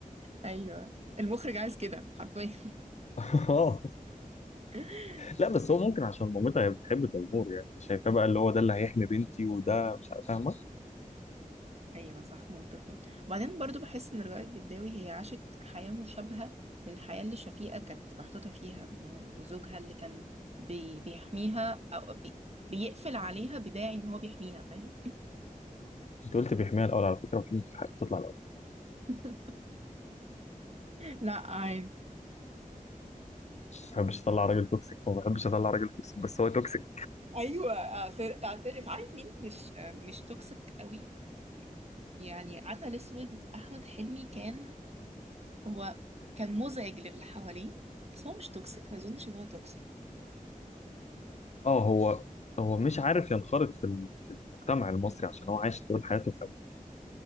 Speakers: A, on the right; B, on the left.
A: ايوه المخرج عايز كده حرفيا
B: <laughs> اه
A: <laughs>
B: لا بس هو ممكن عشان مامتها هي بتحب تيمور يعني شايفاه بقى اللي هو ده اللي هيحمي بنتي وده مش عارف- فاهمه
A: ايوه صح منطقي وبعدين برضو بحس ان رجاء الجداوي هي عاشت حياه مشابهه للحياه اللي شفيقه كانت محطوطه فيها انه زوجها اللي كان بي بيحميها او بي بيقفل عليها بداعي ان هو بيحميها فاهم
B: انت قلت بيحميها الاول على فكره وكلمه الحق تطلع الاول
A: <laughs> لا عادي
B: ما بحبش اطلع راجل توكسيك ما بحبش اطلع راجل توكسيك بس هو توكسيك
A: ايوه أعتر- اعترف عارف مين مش مش توكسيك قوي يعني عسل اسود احمد حلمي كان هو كان مزعج للي حواليه بس هو مش توكسيك ما اظنش ان هو توكسيك
B: اه هو هو مش عارف ينخرط في ال- في المجتمع المصري عشان هو عايش طول حياته في امريكا